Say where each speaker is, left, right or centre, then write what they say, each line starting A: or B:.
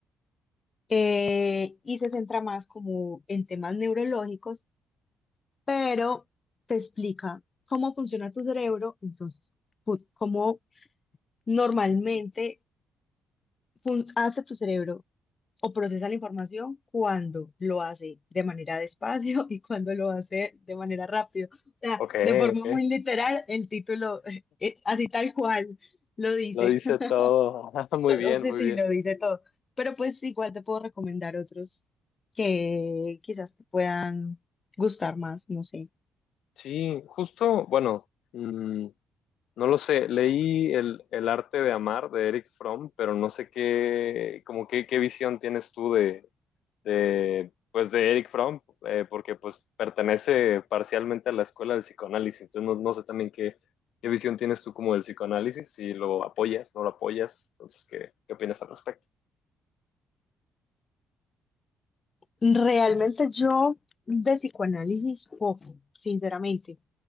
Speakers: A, on the left (about 35°); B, on the left (about 75°).
A: Eh, y se centra más como en temas neurológicos pero te explica cómo funciona tu cerebro, entonces, fu- cómo normalmente fun- hace tu cerebro o procesa la información cuando lo hace de manera despacio <laughs> y cuando lo hace de manera rápido. O sea,
B: Ok,
A: de forma
B: ok.
A: muy literal, el título, <laughs> eh, así tal cual, lo dice.
B: Lo dice
A: <laughs>
B: todo. <laughs> Muy bien,
A: O sea,
B: muy
A: sí,
B: bien.
A: lo dice todo. Pero pues igual te puedo recomendar otros que quizás te puedan gustar más, no sé.
B: Sí, justo, bueno, mm, No lo sé, leí el, el arte de amar de Eric Fromm, pero no sé qué, como qué, qué visión tienes tú de, de, pues de Eric Fromm, eh, porque pues pertenece parcialmente a la escuela del psicoanálisis, entonces no, no sé también qué, qué visión tienes tú como del psicoanálisis, si lo apoyas, no lo apoyas, entonces qué, qué opinas al respecto.
A: Realmente yo de psicoanálisis poco, sinceramente,